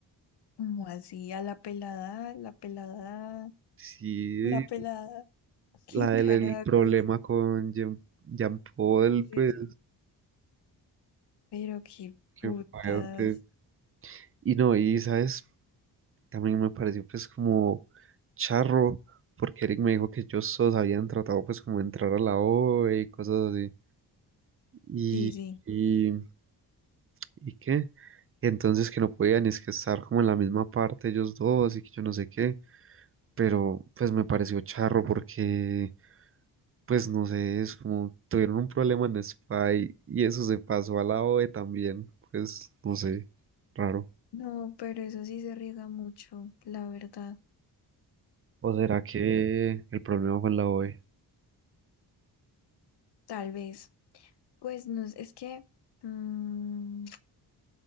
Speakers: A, on the left; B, on the right.
A: Como así, a la pelada, la pelada,
B: sí,
A: la pelada, <laughs> qué
B: La
A: carajos.
B: del el problema con Jean, Jean Paul,
A: Sí, sí,
B: pues,
A: sí. Pero qué
B: que
A: putas.
B: fue. pues, Y no, y sabes, también me pareció, pues, como charro, porque Eric me dijo que ellos todos habían tratado, pues, como de entrar a la OE y cosas así. Y,
A: Sí, sí.
B: y, ¿y qué? Y entonces que no podían, es que estar como en la misma parte ellos dos y que yo no sé qué. Pero, pues, me pareció charro porque. Pues no sé, es como tuvieron un problema en Spy y eso se pasó a la OE también. Pues no sé, raro.
A: No, pero eso sí se riega mucho, la verdad.
B: ¿O será que el problema fue en la OE?
A: Tal vez. Pues no, es es que mm,